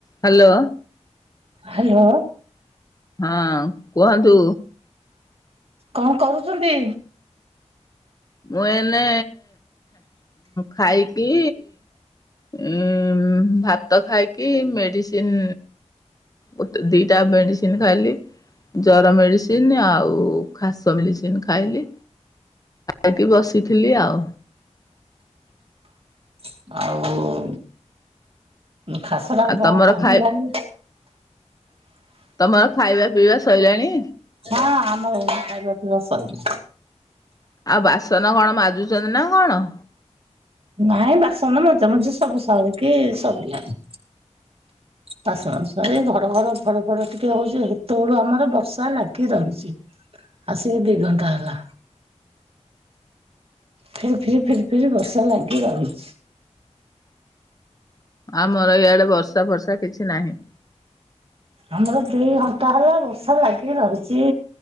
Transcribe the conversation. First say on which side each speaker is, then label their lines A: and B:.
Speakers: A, on the left (about 30°); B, on the right (about 55°).
A: Hello.
B: Hello.
A: ହଁ କୁହନ୍ତୁ?
B: କଣ କରୁଛନ୍ତି?
A: ମୁଁ ଏନେ ଖାଇପିଇ ଉଁ ଭାତ ଖାଇକି ମେଡିସିନ ଗୋଟେ ଦିଟା ମେଡିସିନ ଖାଇଲି। ଜର ମେଡ଼ିସିନ ଆଉ ଖାସ ମେଡ଼ିସିନ ଖାଇଲି। ଏଠି ବସିଥିଲି ଆଉ।
B: ଆଉ। ଖାସଟା
A: ଆଉ
B: ବ
A: ତମର
B: କମିଲାଣି।
A: ଖାଇ ତମର ଖାଇବା ପିଇବା ସଇଲାଣି?
B: ହଁ ଆମର ଏବେ ଖାଇବା ପିଇବା ସଇଲା।
A: ଆଉ ବାସନ କଣ ମାଜୁଛନ୍ତି ନା କଣ?
B: ନାଇଁ ବାସନ ମଜା ମଜି ସବୁ ସରିକି ସରିଲାଣି। ବାସନ ସରି ଏଇ ଘଡ ଘଡ ଫଡ ଫଡ ଟିକେ ହଉଛି ବୋଲି ସେତେବେଳୁ ଆମର ବର୍ଷା ଲାଗ ଗିକି ରହିଛି ଆସିକି ଦି ଘଣ୍ଟା ହେଲା। ଫିରି ଫିରି ଫିରି ଫିରି ବର୍ଷା ଲାଗି ରହିଛି।
A: ଆମର ଇଆଡେ ବର୍ଷା ଫର୍ଷା କିଛି ନାହିଁ।
B: ଆମର ଦି ଘଣ୍ଟା ହେଲା ବର୍ଷା ଲାଗି ରହିଛି।